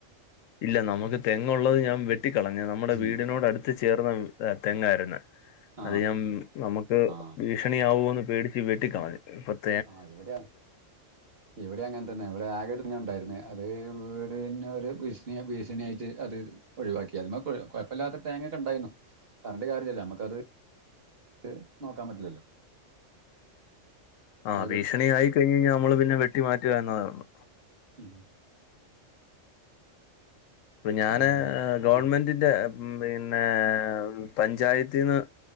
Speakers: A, on the left; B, on the right.
A: ഇല്ല നമുക്ക് തെങ്ങുള്ളത് ഞാൻ വെട്ടിക്കളഞ്ഞ നമ്മുടെ
B: ഉം
A: വീടിനോട് അടുത്ത്. ചേർന്ന് തെങ്ങായിരുന്നു
B: ആ
A: അത് ഞാൻ നമുക്ക്
B: ആ
A: ഭീഷണിയവോന്ന് പേ <inaudible> വെട്ടിിക്കളഞ് പ <unintelligible>
B: ആ എവിടെയാ. ഇവിടെ അങ്ങനെ തന്നെ ഇവിടെ ആക തന്നെ ഉണ്ടായിരുന്നു അത് വീടന് ഒരു ഭീഷണി ഭീഷണിആയിട്ട് അത്. ഒഴിവാക്കി അതിമ്മ കുഴ കുഴപ്പമില്ലാത്ത തേങ്ങ ഒക്കെണ്ടായിരുന്നു പറഞ്ഞിട്ട് കാര്യഇല്ലല്ലോ നമുക്കത്. ത് നോക്കാൻ പറ്റില്ലല്ലോ.
A: ആ
B: അത്
A: ഭീഷണിയയി
B: വെട്ടി
A: കഴിഞ്കഴിഞ്ഞ നമ്മള് പിന്നെ വെട്ടിമാറ്റുക എന്നതേ ഉള്ളൂ.
B: ഉം.
A: ഇപ്പൊ ഞാന്
B: പിന്നെ
A: ഗവൺമെന്റിന്റെ
B: ഉം.
A: പിന്നെ പഞ്ചായത്തിന്ന്